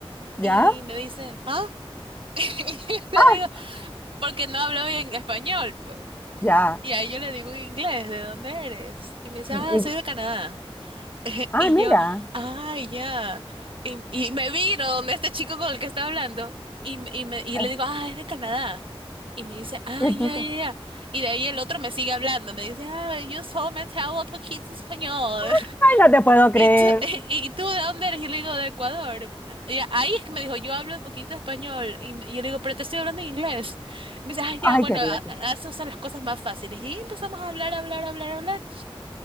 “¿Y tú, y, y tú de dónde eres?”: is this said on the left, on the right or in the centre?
Right